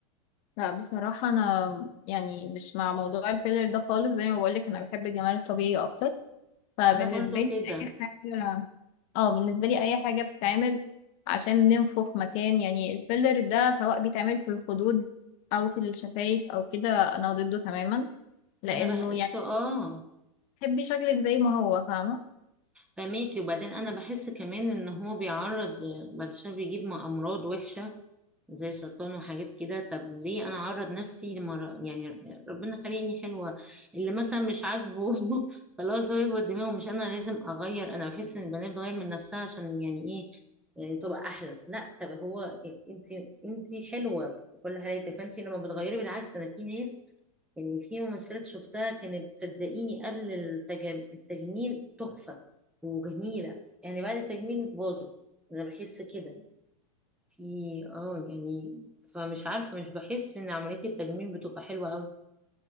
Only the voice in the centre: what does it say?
انا برضو
كده
انا بحس
اه
فميكي وبعدين انا بحس كمان ان هو بيعرض بعد شويه بيجيب امراض وحشه زي سرطان وحاجات كده طب ليه انا اعرض نفسي لمرا يعني ربنا خليني حلوه اللي مثلا مش عاجبه <laughs> خلاص هو هو دماغه مش انا لازم اغير انا بحس ان البنات بتغير من نفسها عشان يعني ايه آه، تبقى احلى لا طب هو انت انت حلوه في كل حالاتك فانت لما بتغيري بالعكس انا في ناس يعني في ممثلات شفتها كانت صدقيني قبل التج- التجميل تحفه وجميله يعني بعد التجميل باظت انا بحس كده في اه يعني فمش عارفة مش بحس ان عملية التجميل بتبقى حلوة قوي